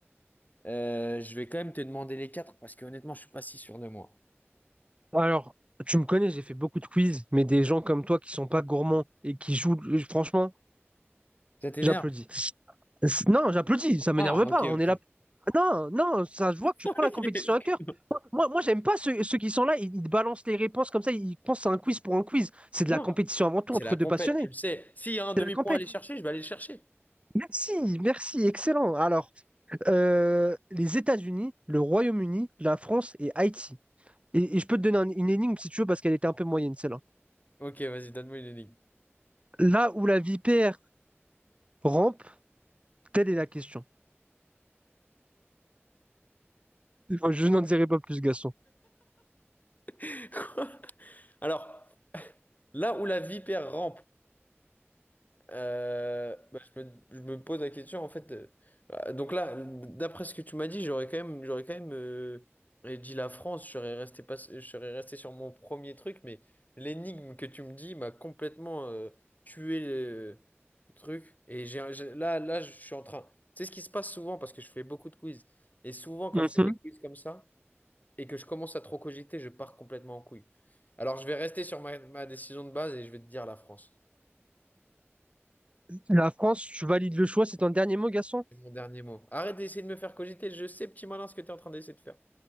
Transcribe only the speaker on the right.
Alors, tu me connais, j'ai fait beaucoup de quiz, mais des gens comme toi qui sont pas gourmands et qui jouent, euh, franchement,
J'applaudis. C'est- Non, j'applaudis, ça m'énerve
pas.
On
est là. Non, non, ça se voit que tu
prends la compétition
à cœur. Moi, moi, moi, j'aime pas ceux, ceux qui sont là, ils, ils te balancent les réponses comme ça, ils pensent à un quiz pour un quiz. C'est de
la compétition avant tout
entre
deux
passionnés.
C'est
la compète.
Merci, merci, excellent. Alors, euh, les États-Unis, le Royaume-Uni, la France et Haïti. Et, et je peux te donner un- une énigme si tu veux, parce qu'elle était un peu moyenne, celle-là.
Là où la vipère rampe, telle est la question. Je n'en dirai pas plus, Gaston.
Mhm.
La France, tu valides le choix, c'est ton dernier mot, Gaston?